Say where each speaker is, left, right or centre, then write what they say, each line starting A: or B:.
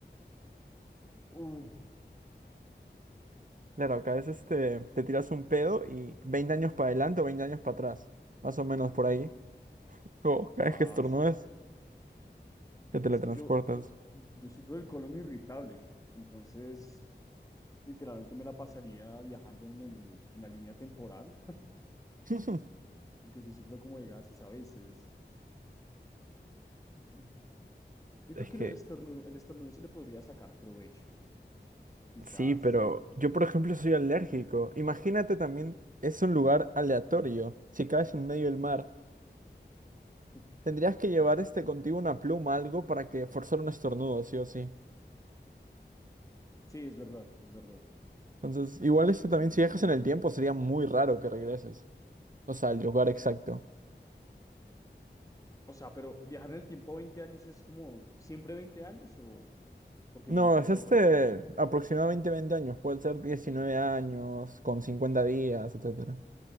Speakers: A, on the left; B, on the right.
A: Uh,
B: Claro, acá es este, te tiras un pedo y 20 años para adelante o 20 años para atrás. Más o menos por ahí. O cada
A: Ah,
B: vez que estornudes,
A: es, es-
B: te teletransportas.
A: es que yo, yo sufro del colon irritable, entonces literalmente me la pasaría viajando en el, en la línea temporal,
B: <laughs>
A: porque sí sufro como de gases a veces. Mm, Yo
B: Es
A: creo que
B: que
A: lo del estornudo, el estornudo se le podría sacar provecho, quizás.
B: sí, pero yo por ejemplo soy alérgico. Imagínate también, es un lugar aleatorio. Si caes en medio del mar,
A: Uf,
B: tendrías que
A: uf,
B: llevar este contigo
A: horrible.
B: una pluma, algo para que forzar un estornudo, sí o sí.
A: Sí, es verdad, es verdad.
B: Entonces, igual esto también
A: Mm,
B: si viajas en el tiempo sería muy raro que regreses. O sea, el lugar exacto.
A: O sea, pero viajar en el tiempo 20 años es como siempre 20 años o porque
B: No,
A: no, o
B: es
A: sea,
B: este
A: es-
B: aproximadamente 20 años, puede ser 19 años, con 50 días, etcétera.